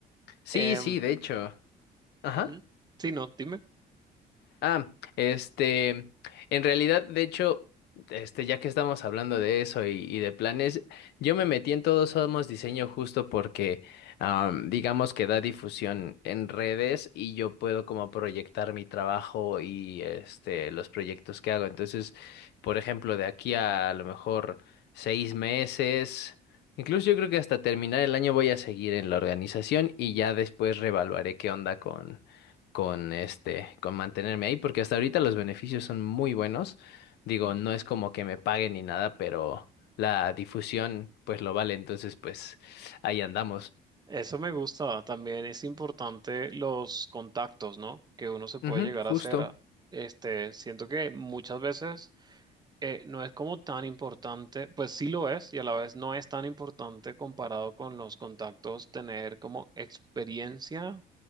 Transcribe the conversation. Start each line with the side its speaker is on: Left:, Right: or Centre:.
Left: Sí,
Right: Em,
Left: sí, de hecho. Ajá.
Right: ujú. Sí, no, dime.
Left: Ah, este, en realidad, de hecho, este, ya que estamos hablando de eso y, y de planes, yo me metí en Todos Somos Diseño justo porque, am, digamos que da difusión en redes y yo puedo como proyectar mi trabajo y este, los proyectos que hago. Entonces, por ejemplo, de aquí a, a lo mejor seis meses, incluso yo creo que hasta terminar el año voy a seguir en la organización y ya después reevaluaré qué onda con este, con mantenerme ahí, porque hasta ahorita los beneficios son muy buenos. Digo, no es como que me paguen ni nada, pero la difusión pues lo vale, entonces pues ahí andamos.
Right: Eso me gusta. También es importante los contactos, ¿no? Que uno se puede
Left: Ujú,
Right: llegar
Left: justo.
Right: a hacer. a- Este, siento que muchas veces eh, no es como tan importante, pues sí lo es y a la vez no es tan importante comparado con los contactos tener como experiencia